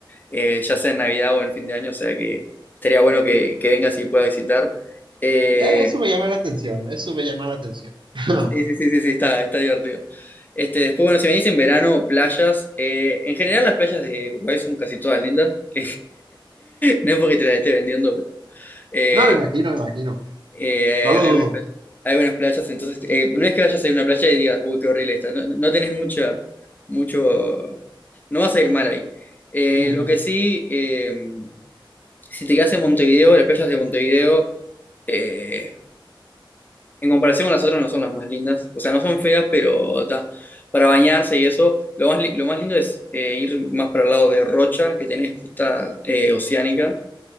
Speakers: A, on the left (about 20°); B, on the right (about 65°).
A: eh, ya sea en Navidad o en fin de año, o sea que estaría bueno que, que vengas y puedas visitar. Eh,
B: Eh, Eso me llama la atención, eso me llama la atención. <laughs>
A: Sí, sí, sí, sí, sí, está, está divertido. Este, después, bueno, si venís en verano, playas, eh, en general las playas de Uruguay son casi todas lindas. <laughs> No es porque te las esté vendiendo, pero eh,
B: No, me imagino, me imagino.
A: eh,
B: No lo
A: hay
B: dudo.
A: buenas playas, hay buenas playas, entonces eh, no es que vayas a ir a una playa y digas, uy, qué horrible está. No, no tenés mucha, mucho, no vas a ir mal ahí. Eh,
B: Ujú.
A: lo que sí, eh, si te quedas en Montevideo, las playas de Montevideo eh, en comparación con las otras no son las más lindas. O sea, no son feas, pero ta, para bañarse y eso, lo más, li- lo más lindo es eh, ir más para el lado de Rocha, que tenés costa eh, oceánica.